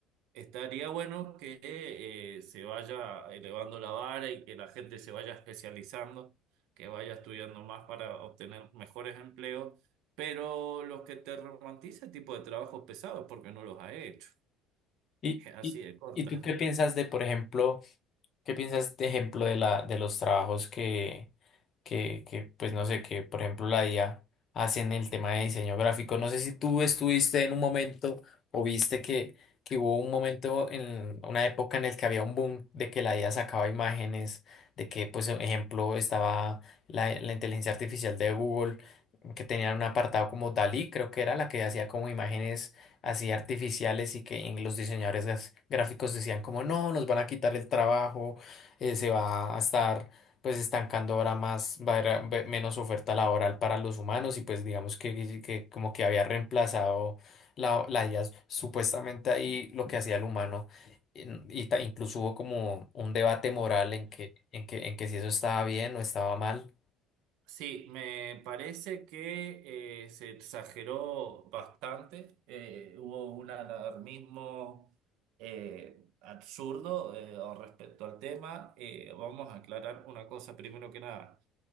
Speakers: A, on the right; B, on the left.
A: Estaría bueno que eh, se vaya elevando la vara y que la gente se vaya especializando, que vaya estudiando más para obtener mejores empleos, pero los que te romantiza el tipo de trabajo pesado es porque no los ha hecho.
B: ¿Y,
A: <laughs> Así
B: y,
A: de corta.
B: y tú qué piensas de, por ejemplo, ¿Qué piensas, de ejemplo, de la, de los trabajos que, que, que, pues no sé, que por ejemplo la IA hace en el tema de diseño gráfico? No sé si tú estuviste en un momento o viste que, que hubo un momento en una época en el que había un boom de que la IA sacaba imágenes, de que, pues, ejemplo, estaba la, la inteligencia artificial de Google, que tenía un apartado como Dalí, creo que era la que hacía como imágenes así artificiales y que en los diseñadores gras- gráficos decían como no, nos van a quitar el trabajo eh, se va a estar pues estancando ahora más, va a haber ve- menos oferta laboral para los humanos y pues digamos que, que- que como que había reemplazado la, la IA supuestamente ahí lo que hacía el humano en- y ta- incluso hubo como un debate moral en que, en que, en que si eso estaba bien o estaba mal.
A: Sí, me parece que eh, se exageró bastante, eh, hubo un alarmismo eh, absurdo eh, al respecto al tema. Eh, vamos a aclarar una cosa primero que nada,